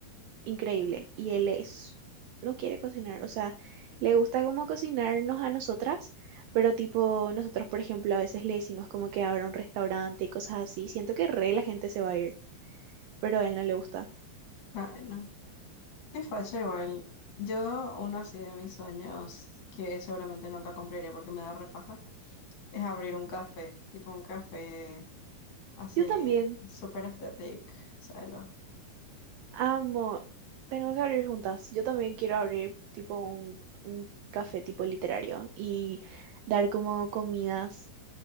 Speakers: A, on the right; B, on the left.
A: increíble y él es, no quiere cocinar, o sea, le gusta como cocinarnos a nosotras, pero tipo nosotros, por ejemplo, a veces le decimos como que abra un restaurante y cosas así, siento que re la gente se va a ir, pero a él no le gusta.
B: Ah, no. Qué facha igual. Yo, uno así de mis sueños, que seguramente nunca cumpliré porque me da repaja, es abrir un café, tipo un café así,
A: Yo también
B: súper estético, ¿sabes? lo?
A: amo, tenemos que abrir juntas, yo también quiero abrir tipo un, un café tipo literario y dar como comidas.